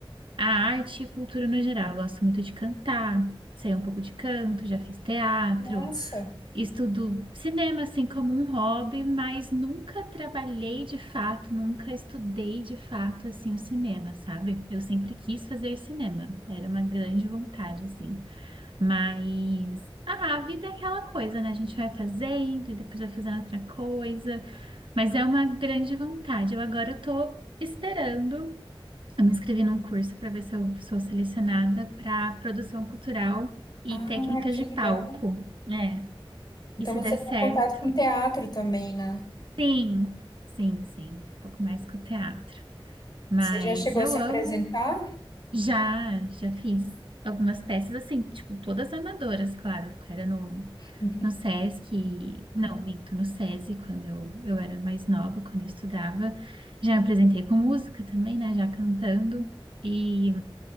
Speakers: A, on the right; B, on the left.
A: à arte e cultura no geral. Eu gosto muito de cantar, sei um pouco de canto, já fiz teatro.
B: Nossa.
A: Estudo cinema, assim, como um hobby, mas nunca trabalhei de fato, nunca estudei de fato, assim, o cinema, sabe? Eu sempre quis fazer cinema, era uma grande vontade, assim. Mas, ah, a vida é aquela coisa, né? A gente vai fazendo e depois vai fazendo outra coisa, mas é uma grande vontade. Eu agora tô esperando, eu me inscrevi num curso para ver se eu sou selecionada para produção cultural e
B: Ah,
A: técnicas
B: que
A: de palco.
B: legal.
A: É.
B: Então
A: E se
B: você
A: der
B: tem
A: certo,
B: contato com teatro também, né?
A: Sim, sim, sim, um pouco mais com o teatro. Mas
B: Você já chegou
A: eu
B: a se
A: amo,
B: apresentar?
A: já, já fiz algumas peças assim, tipo, todas amadoras, claro, era no,
B: <laughs>
A: no Sesc, não, minto, no SESI, quando eu, eu era mais nova, quando eu estudava, já me apresentei com música também, né, já cantando, e